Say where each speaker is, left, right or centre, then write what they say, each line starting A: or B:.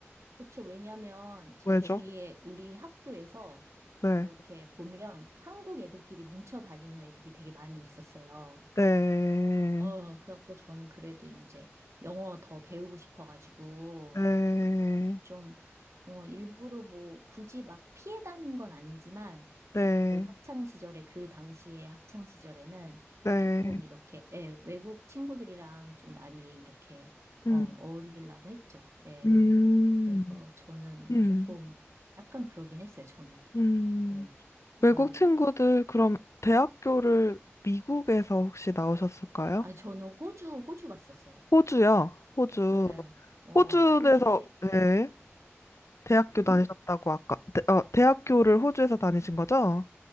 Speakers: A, on the right; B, on the left.
A: 그쵸. 왜냐면 제
B: 왜죠?
A: 주위에
B: 죠
A: 우리 학교에서
B: 네.
A: 이렇게 보면 한국 애들끼리 뭉쳐 다니는 애들이 되게 많이 있었어요.
B: 네.
A: 어, 그래갖고 저는 그래도 이제 영어 더 배우고 싶어가지고
B: 네.
A: 좀, 어, 일부러 뭐 굳이 막 피해 다닌 건 아니지만
B: 네,
A: 그 학창 시절에 그 당시에 학창 시절에는
B: 네.
A: 조금 이렇게 예, 외국 친구들이랑 좀 많이 이렇게
B: 음,
A: 어, 어울리려고 했죠. 예.
B: 음,
A: 그래서 저는
B: 음,
A: 조금 약간 그러긴 했어요. 저는.
B: 음.
A: 어,
B: 외국
A: 예.
B: 친구들, 그럼 대학교를 미국에서 혹시 나오셨을까요?
A: 아, 저는 호주 호주 갔었어요.
B: 호주요, 호주.
A: 예. 어,
B: 호주에서,
A: 호주에
B: 네, 대학교 다니셨다고
A: 음?
B: 아까, 대, 어, 대학교를 호주에서 다니신 거죠?